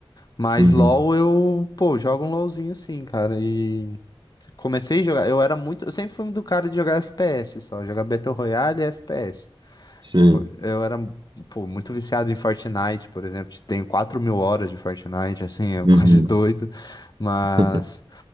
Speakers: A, on the left; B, on the right.
A: Mas
B: uhum,
A: LoL eu, pô, jogo um LoLzinho assim, cara. e Comecei a jogar, eu era muito, eu sempre fui do cara de jogar FPS só, jogar Battle Royale e FPS.
B: sim.
A: Tipo, foi- eu era, pô, muito viciado em Fortnite, por exemplo, tenho quatro mil horas de Fortnite, assim, é
B: Uhum.
A: coisa de <laughs> doido, mas
B: <laughs>